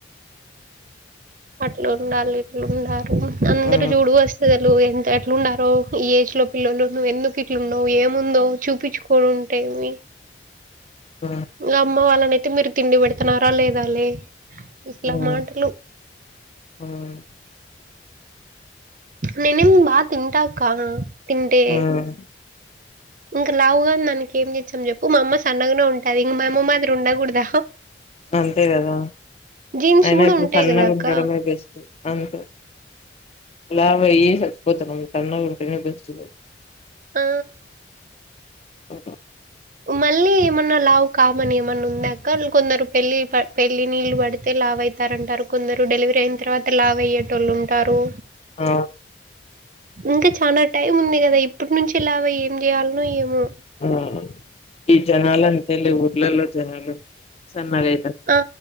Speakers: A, on the right; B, on the left.
A: అట్లు ఉండాలి ఇట్లు ఉండారు అందరు
B: ఉమ్
A: చూడు వస్త ప్రజలు ఎంత ఎట్లుండారో ఈ ఏజ్ లో పిల్లలు నువ్ ఎందుకు ఇట్లుండవు ఏముందో చూపించు కొన్నుంటేమి
B: హ్మ్
A: ఇంకా అమ్మ వాళ్ళనైతే మీరు తిండి పెడుతున్నారా లేదా లే ఇట్లా
B: ఉమ్
A: మాటలు
B: ఉమ్
A: నేనేం బా తింటాకా తింటే
B: ఉమ్
A: ఇంకా లావుగాని దానికి ఏం చేచ్చాం చెప్పు మా అమ్మ సన్నగానే ఉంటది ఇంక మైమ్మ మాదిరి ఉండకూడదా
B: అంతే కదా
A: జీన్స్
B: అయినా
A: గూడా
B: ఇప్పుడు
A: ఉంటాయి
B: సన్నగా
A: గదా అక్క.
B: ఉండడమే బెస్ట్ అంతే లావు అయ్యి చచ్చిపోతారు కొంచెం సన్నగా ఉంటేనే బెస్ట్
A: ఆ
B: ఓ
A: మళ్ళీ ఏమన్నా లావు కామని ఏమన్నా ఉందా అక్క కొందరు పెళ్లి పెళ్లి నీళ్లు పడితే లావు అయి తంటారు ఉంటారు కొందరు డెలివరీ అయిన తర్వాత లావు అయ్యేటోళ్ళు ఉంటారు
B: ఆ
A: ఇంకా చాలా టైం ఉంది కదా ఇప్పటి నుంచి లావు అయ్యి ఏం చేయాలనో ఏమో
B: ఆ ఈ జనాలు అంతలే ఊర్లలో జనాలు సన్నగా
A: ఆ